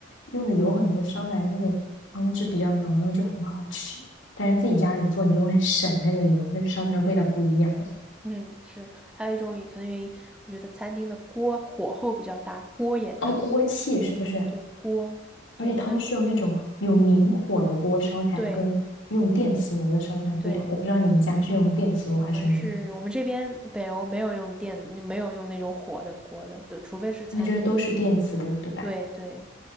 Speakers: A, on the left; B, in the centre.
A: 用的油很多，烧出来的那个汤汁比较浓，然后就很好吃。但是自己家里做，你就会 <laughs> 省那个油，就烧出来味道不一样。
B: 嗯，是，还有一种也可能原因，我觉得餐厅的锅火候比较大，锅也大。
A: 哦，锅气是不是？
B: 对，锅，对，
A: 而且他们是用那种有明火的锅烧起来，
B: 你那，对
A: 跟用电磁炉的烧出来不一样。
B: 对，
A: 我不知道你们家是用电磁炉还是明火，
B: 我们是，我们这边北欧没有用电，没有用那种火的锅的，对，除非是餐厅。
A: 那就是都是电磁炉，对吧？
B: 对对。